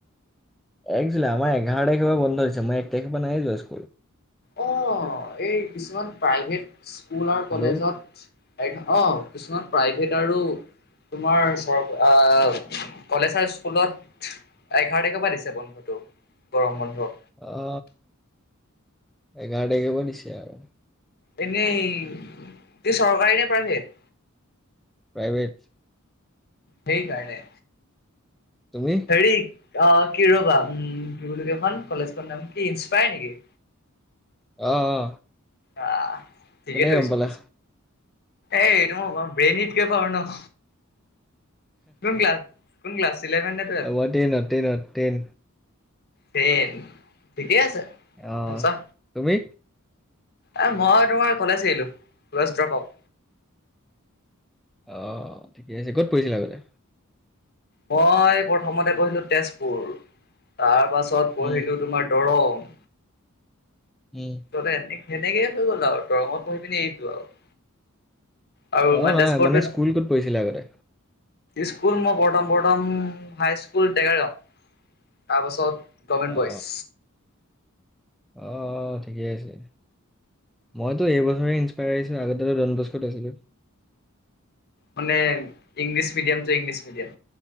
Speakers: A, in the centre; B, on the left.
A: এক জুলাই আমাৰ এঘাৰ তাৰিখে বন্ধ দিছে মই এক তাৰিখ মানেহে নাই যোৱা স্কুল।
B: অঁ এই কিছুমান প্ৰাইভেট স্কুল আৰু
A: হেল্ল'
B: কলেজত অ কিছুমান প্ৰাইভেট আৰু তোমাৰ কলেজ আৰু স্কুলত এঘাৰ তাৰিখৰ পৰা দিছে বন্ধটো গৰম বন্ধ।
A: অ এঘাৰ তাৰিখৰ পৰা দিছে। আৰু
B: এনেই কি চৰকাৰী নে প্ৰাইভেট।
A: প্ৰাইভেট
B: সেই কাৰণে
A: তুমি?
B: হেৰি অ কি ৰবা বলেইখন কলেজখন নাম কি ইনস্পায়াৰ নেকি?
A: অ অ
B: আহ ঠিকেই
A: কেনেকে
B: থৰিছো
A: গম পালা
B: এ এইটো মই ব্ৰেইনীতকে পাৰ ন। কোন ক্লছ কোন ক্লছ ইলেভেন ন টুৱেল্থ
A: এ, মই ট্ৰেইনত ট্ৰেইনত ট্ৰেইন
B: ট্ৰেইন ঠিকেই আছে।
A: অ
B: মজা
A: তুমি?
B: এ মই তোমাৰ কলেজ এৰিলোঁ কষ্ট পাওঁ।
A: অ ঠিকে আছে ক'ত পৰিছিলা আগতে
B: মই প্ৰথমতে পঢ়িলোঁ তেজপুৰ, তাৰপাছত পঢ়িলোঁ
A: উম
B: তোমাৰ দৰং,
A: উম
B: তে সেনেকে হৈ গ'ল আৰু দৰংত পঢ়ি পিনি এৰি দিলোঁ আৰু আৰু
A: অ
B: মই
A: নহয়
B: তেজপুৰটোত
A: মানে স্কুল ক'ত পঢ়িছিলে আগতে?
B: স্কুল মই প্ৰথম প্ৰথম হাইস্কুল ডেঙাইগাঁও তাৰপাছত - গৰমেণ্ট
A: অ
B: বইজ।
A: অ ঠিকেই আছে, মইতো এইবছৰে ইনস্পাৰাইছ ত আগতে টো দনবক্সত আছিলোঁ।
B: মানে ইংলিছ মিডিয়াম যে ইংলিছ মিডিয়াম